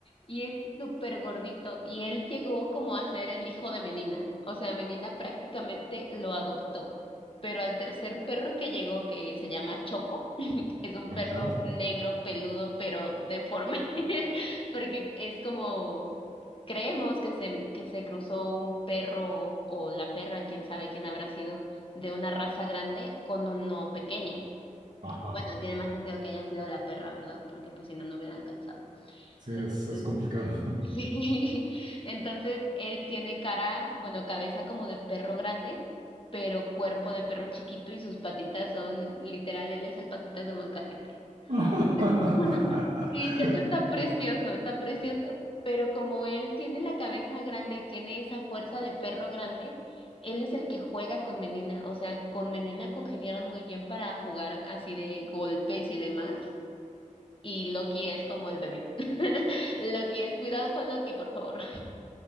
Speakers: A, on the left; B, on the right.
A: Y es súper gordito. Y él llegó como a ser el hijo de Menina. O sea, Menina prácticamente lo adoptó. Pero al tercer perro que llegó, que se llama Choco, <laughs> es un
B: Ajá,
A: perro negro, peludo, pero deforme, <laughs> porque es como, creemos que se, que se cruzó un perro o la perra, quién sabe quién habrá sido, de una raza grande con uno pequeño.
B: ajá.
A: Bueno, tiene más sentido que haya sido la perra, ¿verdad? Porque pues si no, no hubiera alcanzado.
B: Sí, es, es
A: <laughs>
B: complicado.
A: Sí. Entonces, él tiene cara, bueno, cabeza como de perro grande, pero cuerpo de perro chiquito y sus patitas son, literal, él es el patitas de molcajete.
B: <laughs>
A: <laughs> Sí, Checo está precioso, está precioso. Pero como él tiene la cabeza grande y tiene esa fuerza de perro grande, él es el que juega con Menina. O sea, con Menina congeniaron muy bien para jugar así de golpes y demás. y Loki es como el bebé. <laughs> Loki es, cuidado con Loki, por favor. <laughs>